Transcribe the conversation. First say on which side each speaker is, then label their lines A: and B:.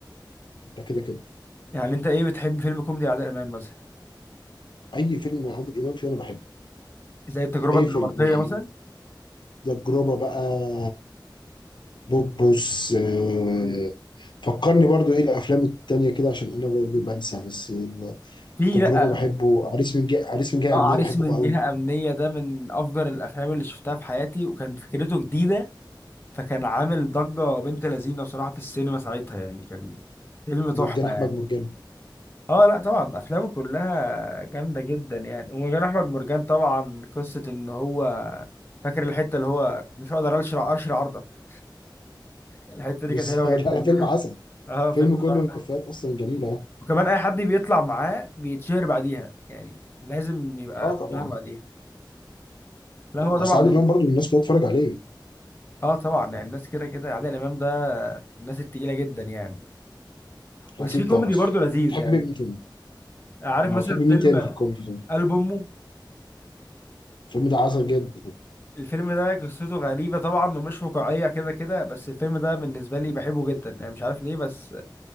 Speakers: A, on the left (about 70°); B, on the left (about 25°).
A: ده كده كده
B: يعني انت ايه بتحب فيلم كوميدي عادل امام مثلا
A: أي فيلم مع عادل إمام فيه أنا بحبه
B: زي التجربه
A: أي
B: الدنماركيه
A: فيلم يعني
B: مثلا
A: تجربة بقى بوبوس آه، فكرني برضو إيه الأفلام التانية كده عشان أنا ب- بنسى بس
B: في
A: التجربة
B: لا
A: بحبه عريس من جهة عريس من جهة
B: اه
A: أمنية
B: عريس
A: بحبه
B: من
A: قوي
B: جهه امنيه ده من افجر الافلام اللي شفتها في حياتي وكان فكرته جديده فكان عامل ضجه بنت لذينه بصراحه في السينما ساعتها يعني كان فيلم تحفه
A: مرجان
B: يعني
A: احمد مرجان
B: اه لا طبعا افلامه كلها جامده جدا يعني ومجال احمد مرجان طبعا قصه ان هو فاكر الحته اللي هو مش هقدر اشرع ارشي عرضه الحته
A: بس
B: دي كانت حلوه
A: <laughs>
B: جدا
A: على فيلم عسل
B: <laughs> اه
A: فيلم
B: فيلم
A: كله
B: تحفة.
A: افيهات اصلا جميله يعني
B: وكمان اي حد بيطلع معاه بيتشهر بعديها يعني لازم يبقى
A: اه
B: اتشهر
A: طبعا
B: بعديها لا هو طبعا
A: اصل عادل امام برضو الناس كلها تتفرج عليه
B: اه طبعا يعني الناس كده كده عادل امام ده من الناس التقيله جدا يعني بس
A: اكيد
B: في كوميدي
A: طبعا
B: برضه لذيذ
A: تحب
B: يعني
A: مين تاني؟
B: عارف
A: ما
B: مثلا
A: بتحب مين
B: فيلم
A: تاني في الكوميدي طيب؟
B: قلب امه
A: الفيلم ده عسل جدا
B: الفيلم ده قصته غريبة طبعا ومش واقعية كده كده بس الفيلم ده بالنسبة لي بحبه جدا يعني مش عارف ليه بس